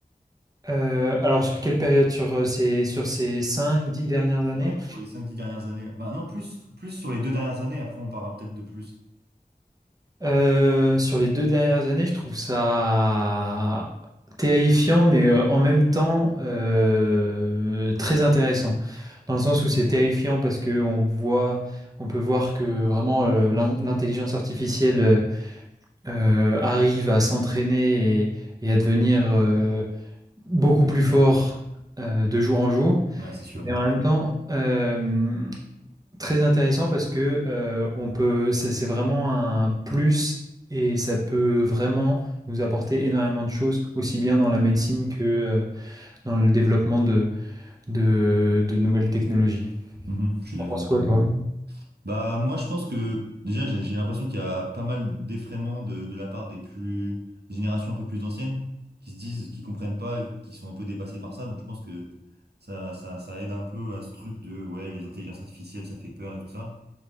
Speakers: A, on the right (about 20°); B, on the right (about 85°).
A: Euh, alors sur quelle période? Sur euh, ces, sur ces cinq dix dernières années?
B: Ouais, sur les cinq dix dernières années. Enfin, non, plus, plus sur les deux dernières années, après on parlera peut-être de plus.
A: Euh, sur les deux dernières années, je trouve ça terrifiant, mais euh, en même temps euh, très intéressant. Dans le sens où c'est terrifiant parce que on voit, on peut voir que vraiment euh, l'in- l'intelligence artificielle euh, euh, arrive à s'entraîner et, et à devenir euh, beaucoup plus fort euh, de jour en jour.
B: Ouais, c'est sûr.
A: Mais en même temps, euh, Très intéressant parce que euh, on peut, c'est c'est vraiment un plus et ça peut vraiment nous apporter énormément de choses, aussi bien dans la médecine que euh, dans le développement de, de, de nouvelles technologies.
B: Mhm, je suis d'accord
A: T'en penses
B: avec
A: quoi,
B: toi.
A: toi?
B: Bah, moi, je pense que déjà, j'ai j'ai l'impression qu'il y a pas mal d'effraiements de, de la part des plus des générations un peu plus anciennes qui se disent, qui comprennent pas et qui sont un peu dépassés par ça. Donc, je pense que ça, ça, ça aide un peu à ce truc de, ouais, les intelligences artificielles, ça fait peur et tout ça.